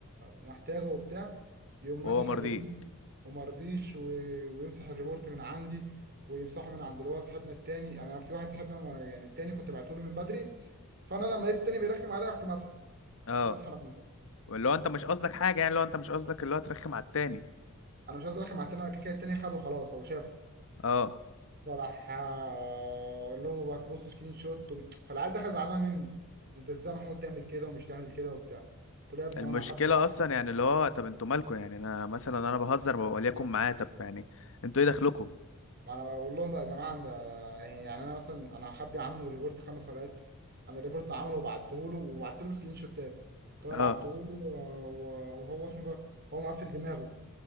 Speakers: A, on the right; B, on the left.
A: ومحتاجه وبتاع يقوم مسح
B: وهو مرضي
A: الريبورت وما رضيش و- ويمسح الريبورت من عندي ويمسحه من عند اللي هو صاحبنا التاني يعني انا في واحد صاحبنا ما- يعني التاني كنت بعته له من بدري فانا لما لقيت التاني بيرخم عليا رحت ماسحه
B: اه
A: رحت ماسحه انا كمان.
B: واللي هو انت مش قصدك حاجة يعني اللي هو انت مش قصدك اللي هو ترخم على التاني
A: انا مش عايز ارخم على التاني أنا كده كده التاني خده خلاص هو شافه
B: اه
A: فراح آه، اقول لهم بقى تبص سكرين شوت و- فالعيال دخل زعلانه مني انت ازاي يا محمود تعمل كده ومش تعمل كده وبتاع قلت له يا ابني
B: المشكلة
A: وانا هخبي ع-
B: اصلا يعني اللي هو طب انتوا مالكوا يعني انا مثلا انا بهزر وليكن معاه طب يعني انتوا ايه دخلكوا
A: ما انا بقول لهم بقى يا جماعه ده يعني انا مثلا انا هخبي عنه ريبورت خمس ورقات انا الريبورت عامله وبعته له وبعت له سكرين شوتات قلت له
B: اه
A: انا بعته له و- و- وهو اسمه ده هو مقفل دماغه